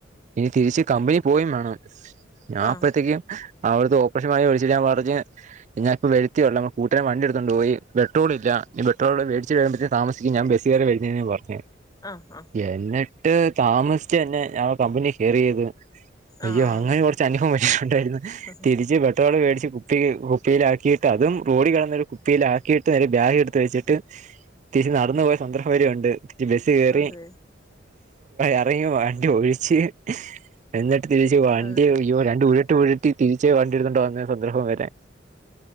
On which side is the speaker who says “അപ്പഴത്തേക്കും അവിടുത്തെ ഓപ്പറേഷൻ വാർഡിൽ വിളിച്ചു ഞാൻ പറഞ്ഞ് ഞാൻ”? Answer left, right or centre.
Right